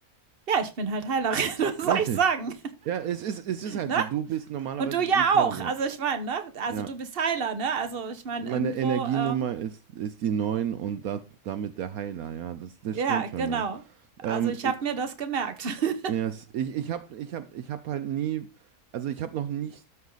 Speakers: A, on the right; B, on the right.
A: Ja, ich bin halt Heilerin, <laughs> was soll
B: Richtig.
A: ich sagen?
B: Ja, es ist, es ist halt
A: Ne?
B: so. Du bist normalerweise
A: Und du ja
B: die Person.
A: auch. Also ich meine, ne? Also
B: Ja.
A: du bist Heiler, ne? Also ich meine,
B: Meine
A: irgendwo,
B: Energienummer
A: ähm,
B: ist, ist die 9 und da, damit der Heiler. Ja, das, das
A: ja,
B: stimmt
A: genau.
B: schon. Ja.
A: Also
B: Ähm,
A: ich
B: ich,
A: habe mir das gemerkt. <laughs>
B: Yes. Ich, ich habe ich hab, ich hab halt nie, also ich habe noch nicht